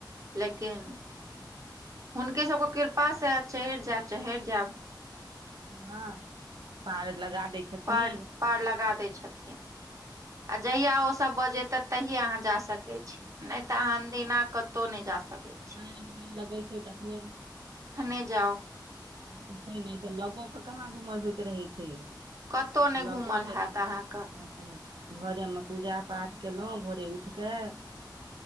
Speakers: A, on the right; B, on the right.
A: लेकिन हुनके सबके कृपा से चहरि जेएब चहरि जेएब।
B: हँ पार लगा दै। छथिन
A: पार पार लगा दै छथिन आ जहिया ओ सब बजेतैथ तहिये अहाँ जा सकै छी। नै तऽ अहाँ अनदिना कतौ नै जा सकै छी
B: नहि डोरी लगै छै तखने।
A: तखने जाउ।
B: इहाए तऽ छै नै तऽ लगो कऽ कहाँ घूमल होएत रहै छै।
A: कतहु नहि
B: लगो
A: घूमल
B: कऽ
A: हैत
B: छै नै
A: अहाँके
B: हिम्मत घरे मे पूजा-पाठ केलौ भोरे उठ कऽ।